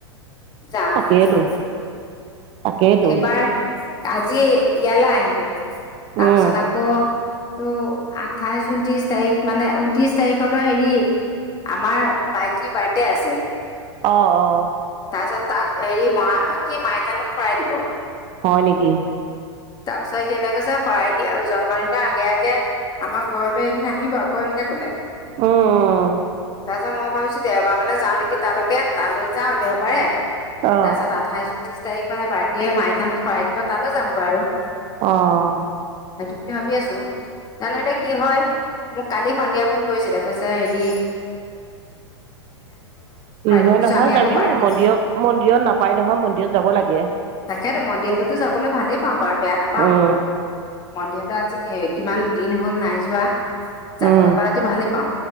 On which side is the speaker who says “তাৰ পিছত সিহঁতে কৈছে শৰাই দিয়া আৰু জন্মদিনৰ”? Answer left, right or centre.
Left